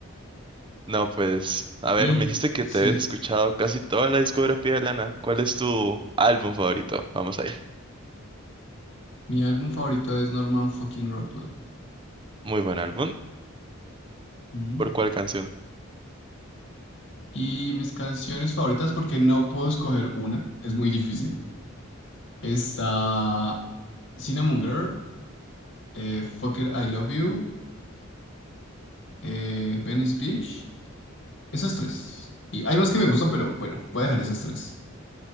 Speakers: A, on the right; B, on the left.
A: no, pues, a ver,
B: Y
A: me dijiste que
B: sí,
A: te habías escuchado casi toda la discografía de Lana. ¿Cuál es tu álbum favorito? Vamos ahí.
B: mi álbum favorito es Norman fucking Rockwell.
A: Muy buen álbum.
B: Ujú.
A: ¿Por cuál canción?
B: Y mis canciones favoritas, porque no puedo escoger una, es muy difícil. Está Cinnamon Girl, eh, Fuck It, I Love You. eh, Venice Beach, esas tres. Y hay más que me gustan, pero bueno, voy a dejar esas tres.